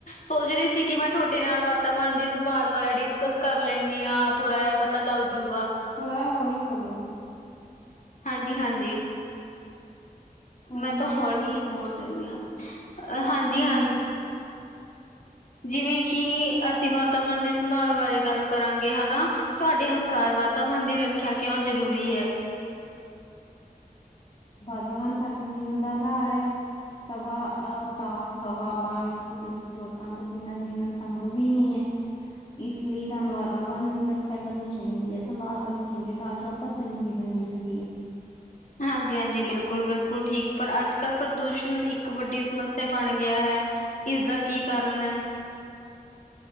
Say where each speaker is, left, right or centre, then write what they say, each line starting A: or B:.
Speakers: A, on the left; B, on the left.
A: ਸੋਚਰੀ ਸੀ ਕਿ ਮ। ਤੁਹਾਡੇ ਨਾਲ ਵਾਤਾਵਰਨ ਦੀ ਸਵਾਲ ਬਾਰੇ ਡਿਸਕਸ ਕਰ ਲੈਂਦੀ ਹਾਂ। ਥੋੜਾ ਜਿਹਾ ਪਤਾ ਲੱਗਜੂਗਾ।
B: ਥੋੜਾ ਹੋਲੀ ਬੋਲੋ।
A: ਹਾਂਜੀ ਹਾਂਜੀ।
B: ਹਾਂਜੀ
A: ਮੈਂ ਤਾਂ ਹੋਲੀ
B: ਕਰੋ।
A: ਹੀ ਬੋਲ ਰਹੀ ਹਾਂ। ਹਾਂਜੀ
B: ਮੇਰੇ
A: ਜਿਵੇਂ ਕਿ ਅਸੀਂ ਵਾਤਾਵਰਨ ਦੀ ਸੰਭਾਲ ਬਾਰੇ ਗੱਲ ਕਰਾਂਗੇ ਹਨਾ। ਤੁਹਾਡੇ ਅਨੁਸਾਰ ਵਾਤਾਵਰਨ ਦੀ ਰੱਖਿਆ ਕਿਉਂ ਜ਼ਰੂਰੀ ਹੈ?
B: ਵਾਤਾਵਾਨ ਸਾਡੇ ਜੀਵਨ ਦਾ ਅਧਾਰ ਐ। ਸਵਾ ਅਹ ਸਾਫ਼ ਹਵਾ, ਪਾਣੀ, ਕੁਦਰਤ ਸਰੋਤਾਂ ਤੋਂ ਬਿਨਾਂ ਜੀਵਨ ਸੰਭਵ ਈਨੀ ਐ। ਇਸ ਲਈ ਸਾਨੂੰ ਵਾਤਾਵਰਨ ਦੀ ਰੱਖਿਆ ਕਰਨੀ ਚਾਈਦੀ ਐ, ਸੰਭਾਲ ਕਰਨੀ ਚਾਈਦੀ ਐ ਤਾਂ ਜੋ ਆਪਾ ਸਹੀ ਜੀਵਨ ਜੀ ਸਕੀਏ।
A: ਹਾਂਜੀ-ਹਾਂਜੀ ਬਿਲਕੁਲ ਬਿਲਕੁਲ ਠੀਕ ਪਰ ਅੱਜ-ਕੱਲ੍ਹ ਪ੍ਰਦੂਸ਼ਣ ਇੱਕ ਵੱਡੀ ਸਮੱਸਿਆ ਬਣ ਗਿਆ ਹੈ। ਇਸਦਾ ਕੀ ਕਾਰਨ ਐ?